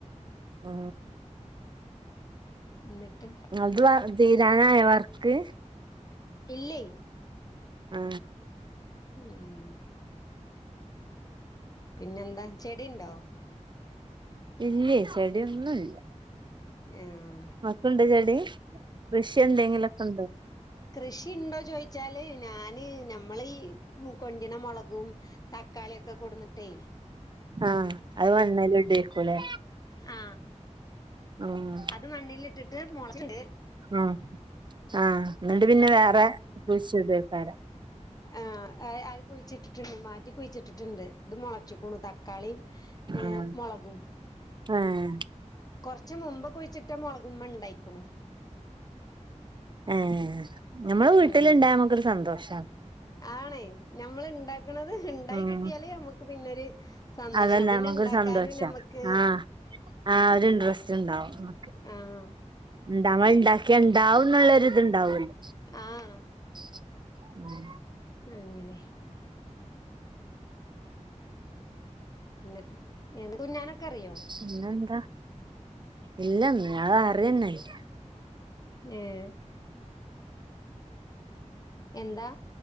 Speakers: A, on the right; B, on the left.
A: ആ
B: ന്നിട്ട്
A: അത് തീരാനായോവർക്ക്
B: ഇല്ലേ
A: ആ
B: ഉം പിന്നെന്താ ചെടിയിണ്ടോ
A: ഇല്ലേ ചെടിയൊന്നുല്ല
B: ഏം
A: അൻക്കുണ്ടോ ചെടി കൃഷി എന്തെങ്കിലൊക്കെണ്ടോ
B: കൃഷിണ്ടോ ചോദിച്ചാല് ഞാന് നമ്മളീ ഈ മ് കൊണ്ടിണ മൊളകും തക്കാളിയൊക്കെ കൊടന്നിട്ടേ
A: ആ അത് വെണ്ണേല് ഇടീരിക്കൂലെ
B: ആ
A: ആഹ്
B: അത് മണ്ണിലിട്ടിട്ട് മൊളച്ച്
A: ആ ആ എന്നിട്ട് പിന്നെ വേറെ <unintelligible>
B: ആഹ് അയ് അയ് കുഴിച്ചിട്ടിട്ടുണ്ട് മാറ്റി കുഴിച്ചിട്ടിട്ടുണ്ട് ഇത് മുളച്ചിക്ക്ണു തക്കാ തക്കാളീം ഹെ
A: ആഹ്
B: മുളകും
A: ഏഹ്
B: കുറച്ച് മുമ്പ് കുഴിച്ചി ട്ടാ മുളകുമെൽ ഇണ്ടായ്ക്ക്ണു.
A: ആഹ് നമ്മളെ വീട്ടിലുണ്ടായ
B: ഉം
A: നമ്മുക്കൊരു സന്തോഷ.
B: ആണേ ഞമ്മൾ ഇണ്ടാക്ക്ണത് ഇണ്ടായി
A: ഉം
B: കിട്ടിയാല് നമുക്ക് പിന്നെരു. സന്തോഷ.
A: അതന്നെ
B: പിന്നെ
A: നമുക്കൊരു
B: ഇണ്ടാക്കാനും
A: സന്തോഷാ
B: നമ്മക്ക്.
A: ആഹ് ആഹ് ഒരു
B: ഉം
A: ഇൻട്രസ്റ്റ് ഇണ്ടാവും നമ്മക്ക്.
B: ആഹ്
A: ഇണ്ടവാൻ ഇണ്ടാക്കിയ ഉണ്ടാവുംന്നുള്ളര് ഇത്ണ്ടാവല്ലോ?
B: ആഹ്
A: <unintelligible>
B: അങ്ങനെ. ഇന്നിട്ട് തുഞ്ഞാനൊക്കെ അറിയോ?
A: പിന്നെന്താ ഇല്ലന്ന് അത് അറിയന്നെല്ല.
B: ഏഹ് എന്താ.